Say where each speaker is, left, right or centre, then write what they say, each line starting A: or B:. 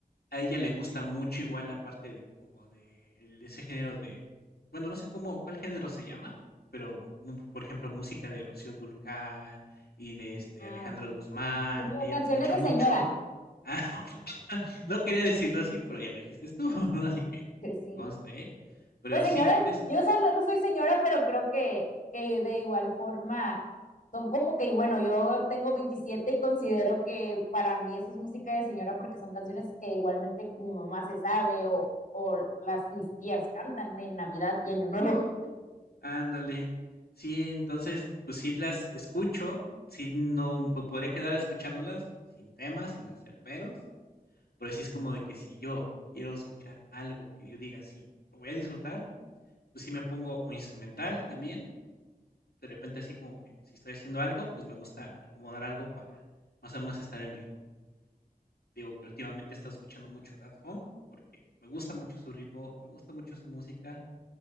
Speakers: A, on the left (about 80°); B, on the left (about 55°).
A: a ella le gusta mucho igual la parte de como de el ese género de bueno, no sé cómo cuál género se llama, pero, mm, por ejemplo, música de Rocío Dúrcal y de, este,
B: Ah,
A: Alejandro
B: ok.
A: Guzmán,
B: Como
A: ella
B: canciones
A: lo escucha
B: de
A: mucho.
B: señora.
A: Ah, <laughs>
B: <laughs>
A: no quería decirlo así, pero ya lo dijiste tú, <laughs> así que
B: Sí.
A: conste, ¿eh? Pero
B: Pues señora,
A: sí, de ese
B: yo o sea, no, no soy señora, pero creo que, que de igual forma son como que, y bueno, yo tengo 27 y considero que para mí eso es música de señora porque son canciones que igualmente mi mamá se sabe o, o las mis tías cantan en Navidad y Año Nuevo.
A: ándale. Sí, entonces, pues sí las escucho, sí no me podría quedar escuchándolas sin temas sin hacer peros. Pero sí es como de que si yo quiero escuchar algo que yo diga, sí, lo voy a disfrutar, pues sí me pongo un instrumental también. De repente así como que si estoy haciendo algo, pues me gusta acomodar algo para más o menos estar en ritmo. Digo que últimamente he estado escuchando mucho Daft Funk porque me gusta mucho su ritmo y me gusta mucho su música